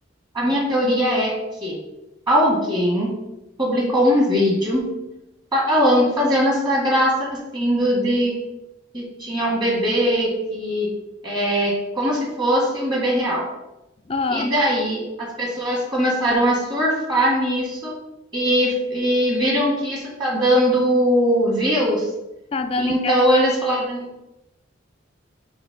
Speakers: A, on the right (about 25°); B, on the left (about 30°).
A: A minha teoria é que alguém publicou um vídeo falando, fazendo essa graça assim do, de que tinha um bebê que é como se fosse um bebê real.
B: ah,
A: E daí as pessoas começaram a surfar nisso e, e viram que isso está dando views.
B: tá dando
A: Então
B: engajamento.
A: eles falaram,